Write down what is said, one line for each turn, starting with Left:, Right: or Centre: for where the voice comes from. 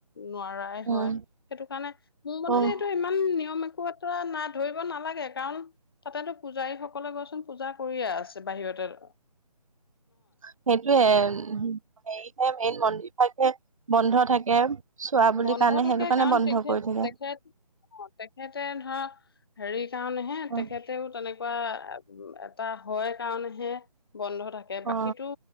Left: নোৱাৰাই
Right: উম
Left: হয়, সেইটো কাৰণে মোৰ মতেতো
Right: অ
Left: এইটো ইমান নিয়ম এক বাতৰা নাই ধৰিব নালাগে কাৰণ তাতেতো পূজাৰী সকলে গৈচোন পূজা কৰিয়ে আছে বাহিৰত। তেল
Right: সেইটোয়ে, হেৰিহে মেইন মন্দিৰভাগে বন্ধ থাকে। চোৱা বুলি
Left: বন্ধ
Right: কাৰণে
Left: থাকে
Right: সেইটো কাৰণে
Left: কাৰণ
Right: বন্ধ
Left: তেখেত
Right: কৰি থাকে
Left: তেখেত অ' তেখেতে ধৰা হেৰি সেই কাৰণেহে
Right: উম,
Left: তেখেতেও তেনেকুৱা এটা হয় কাৰণেহে। বন্ধ থাকে
Right: অ
Left: বাকীটো